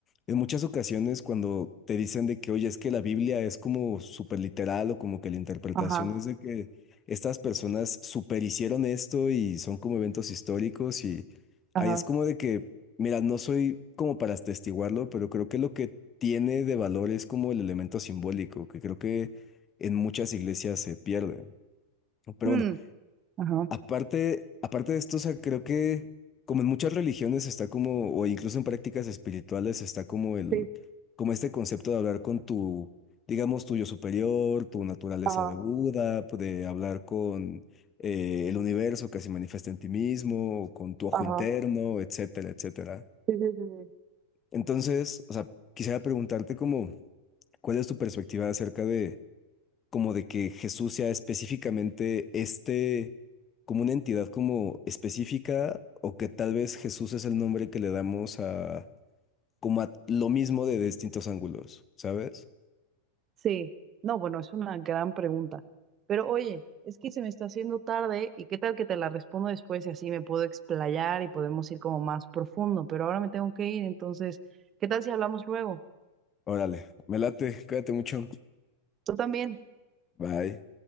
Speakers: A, on the left; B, on the right.
A: en muchas ocasiones cuando te dicen de que, oye, es que la Biblia es como súper literal o como que la interpretación
B: Ajá,
A: es de que estas personas superhicieron esto y son como eventos históricos y
B: ajá.
A: ahí es como de que, mira, no soy como para atestiguarlo, pero creo que lo que tiene de valor es como el elemento simbólico, que creo que en muchas iglesias se pierde. Pero
B: Mm,
A: bueno,
B: ajá.
A: Aparte, aparte de esto, o sea, creo que como en muchas religiones está como, o incluso en prácticas espirituales está como el,
B: Sí,
A: como este concepto de hablar con tu, digamos, tu yo superior, tu naturaleza
B: ajá,
A: de Buda, pues, de hablar con eh, el universo que se manifiesta en ti mismo, o con tu ojo
B: ajá,
A: interno, etcétera, etcétera.
B: sí, sí, sí, sí.
A: Entonces, o sea, quisiera preguntarte como, ¿cuál es tu perspectiva acerca de como de que Jesús sea específicamente este, como una entidad como específica, o que tal vez Jesús es el nombre que le damos a, como a lo mismo de distintos ángulos, ¿sabes?
B: Sí, no, bueno, es una gran pregunta. Pero oye, es que se me está haciendo tarde y qué tal que te la respondo después y así me puedo explayar y podemos ir como más profundo. Pero ahora me tengo que ir, entonces, ¿qué tal si hablamos luego?
A: Órale, me late, cuídate mucho.
B: Tú también.
A: Bye.